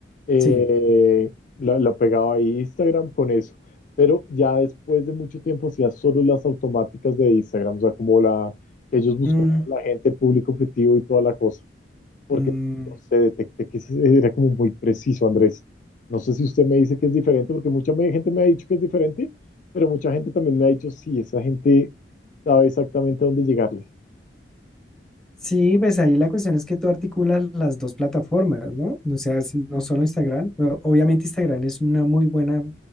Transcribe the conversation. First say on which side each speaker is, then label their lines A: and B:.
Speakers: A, on the left; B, in the centre.
A: eh,
B: Sí.
A: la, la pegaba ahí Instagram con eso, pero ya después de mucho tiempo hacía solo las automáticas de Instagram, o sea, como la, ellos buscaban
B: Mm,
A: a la gente, el público objetivo y toda la cosa, porque
B: mm,
A: no sé, detecté que ese era como muy preciso, Andrés. No sé si usted me dice que es diferente, porque mucha me- gente me ha dicho que es diferente, pero mucha gente también me ha dicho, sí, esa gente sabe exactamente a dónde llegarle,
B: Sí, pues ahí la cuestión es que tú articulas las dos plataformas, ¿no? O sea, es no solo Instagram, o- obviamente Instagram es una muy buena